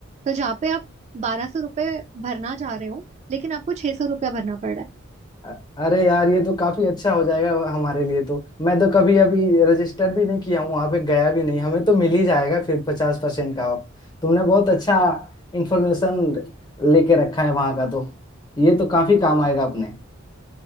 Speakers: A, on the right; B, on the left.
A: तो जहाँ पे आप बारह सौ रुपये भरना चाह रहे हो लेकिन आपको छह सौ रुपया भरना पड़ रहा
B: अ- अरे यार ये तो काफी अच्छा हो जाएगा हमारे लिए तो मैं तो कभी अभी रजिस्टर भी नहीं किया हूँ वहां पे गया भी नहीं हमें तो मिल ही जाएगा फिर पचास परसेंट का ऑफ तुमने बहुत अच्छा इंफॉर्मेशन लेके रखा है वहां का तो ये तो काफी काम आएगा अपने
A: है